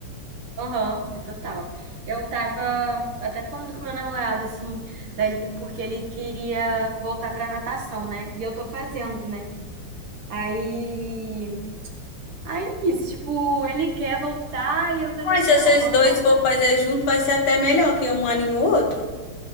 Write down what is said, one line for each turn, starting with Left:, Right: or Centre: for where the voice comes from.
Right: Aham, é total. Eu tava até falando com meu namorado, assim, da- porque ele queria voltar pra natação, né? E eu tô fazendo, né? Aí, aí é isso, tipo, ele quer voltar e eu falei
Left: Mas
Right: assim,
Left: se
Right: não,
Left: vocês
Right: vamos
Left: dois
Right: voltar.
Left: for fazer junto, vai ser até melhor, que um anima o outro.